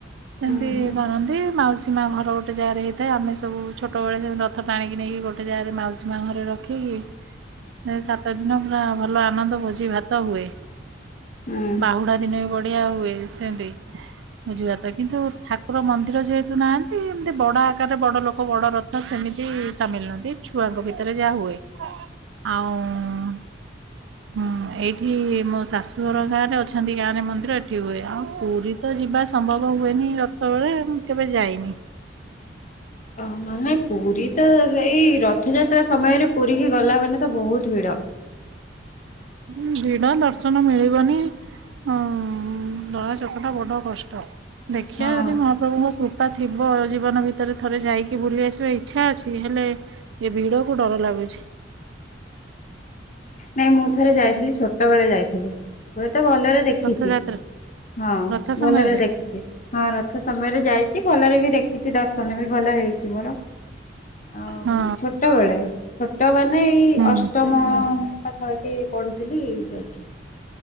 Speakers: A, on the right; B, on the left.
A: ସେମିତି
B: ହୁଁ ହୁଁ
A: କରନ୍ତି ମାଉସୀ ମା ଘର ଗୋଟେ ଜାଗାରେ ହେଇଥାଏ। ଆମେ ସବୁ ଛୋଟବେଳେ ସବୁ ରଥ ଟାଣିକି ନେଇକି ଗୋଟେ ଜାଗାରେ ମାଉସୀ ମା ଘରେ ରଖିକି ଏ ସାତ ଦିନ ପୁରା ଭଲ ଆନନ୍ଦ ଭୋଜି ଭାତ ହୁଏ।
B: ହୁଁ
A: ବାହୁଡା ଦିନ ବି ବଢିଆ ହୁଏ। ସେମତି ମୁଁ ଯିବାପାଇଁ କିନ୍ତୁ ଠାକୁର ମନ୍ଦିର ଯେହେତୁ ନାହାନ୍ତି ବଡ ଆକାରରେ ବଡ ଲୋକ ବଡ ରଥ ସେମିତି ସାମିଲ ନୁହନ୍ତି ଛୁଆଙ୍କ ଭିତରେ ଯାହା ହୁଏ ଆଉ
B: ହ <inaudible>
A: ହୁଁ ଏଇଠି ମୋ ଶାଶୁଘର ଗାଁରେ ଅଛନ୍ତି ଗାଁରେ ମନ୍ଦିର ଏଠି ହୁଏ ଆଉ ପୁରୀ ତ ଯିବା ସମ୍ଭବ ହୁଏନି ରଥବେଳେ ମୁଁ କେବେ ଯାଇନି।
B: ଓହ ମାନେ ପୁରୀତ ଏଇ ରଥଯାତ୍ରା ସମୟରେ ପୁରୀ କି ଗଲା ମାନେ ତ ବହୁତ ଭିଡ
A: ହୁଁ ଭିଡ ଦର୍ଶନ ମିଳିବନି। ହଁ ଦଳା ଚକଟା ବଡ କଷ୍ଟ ଦେଖିଆ
B: ହଁ
A: ଯଦି ମହାପ୍ରଭୁଙ୍କ କୃପ ପା ଥିବ ଜୀବନ ଭିତରେ ଥରେ ଯାଇକି ବୁଲି ଆସିବା ଇଚ୍ଛା ଅଛି ହେଲେ ଏ ଭିଡ କୁ ଡର ଲାଗୁଛି।
B: ନାଇଁ ମୁଁ ଥରେ ଯାଇଥିଲି ଛୋଟ ବେଳେ ଯାଇଥିଲି। ହୁଏତ ଭଲରେ ଦେଖିଛି
A: ରଥଯାତ୍ରା
B: ହଁ
A: ରଥ ସମୟରେ
B: ଭଲରେ ଦେଖିଛି। ହଁ ରଥ ସମୟରେ ଯାଇଛି ଭଲରେ ବି ଦେଖିଛି ଦର୍ଶନ ବି ଭଲ ହେଇ ଛି ମୋର ଆ
A: ହଁ।
B: ଛୋଟବେଳେ ଛୋଟ ମାନେ ଏଇ
A: ହୁଁ
B: ଅଷ୍ଟ ମୁଁ ପାଖାପାଖି ପଢ଼ୁଥିଲି ଯାଇଛି।